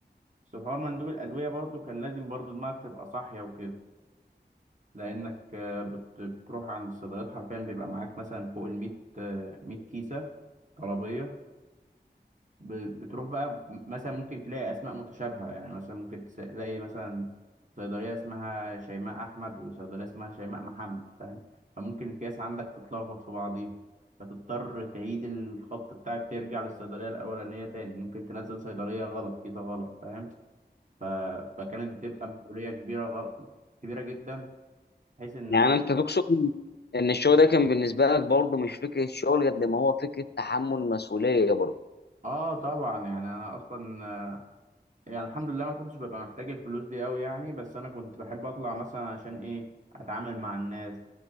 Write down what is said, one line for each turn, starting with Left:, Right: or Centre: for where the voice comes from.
Right: بس حوار مندوب الأدوية برضو كان لازم برضو دماغك تبقى صاحية وكده لأنك آه، بت- بتروح عند الصيدليات حرفيا بيبقى معاك مثلا فوق الميت آه، ميت كيسة طلبية ب- بتروح بقى م- مثلا ممكن تلاقي أسماء متشابهة يعني مثلا ممكن تس- تلاقي مثلا صيدلية اسمها شيماء أحمد وصيدلية اسمها شيماء محمد فاهم فممكن الكيس عندك تتلخبط في بعضيها فتضطر تعيد الخط بتاعك ترجع للصيدلية الأولانية تاني ممكن تنزل صيدلية غلط كيسة غلط فاهم ف... فكانت بتبقى مسؤولية كبيرة غ... كبيرة جدا بحيث انك
Left: يعني انت تقصد ان الشغل ده كان بالنسبه لك برضه مش فكره شغل قد ما هو فكره تحمل مسؤوليه برضه
Right: اه طبعا يعني انا اصلا آه، يعني الحمد لله ما كنتش ببقى محتاج الفلوس دي قوي يعني بس انا كنت بحب اطلع مثلا عشان ايه اتعامل مع الناس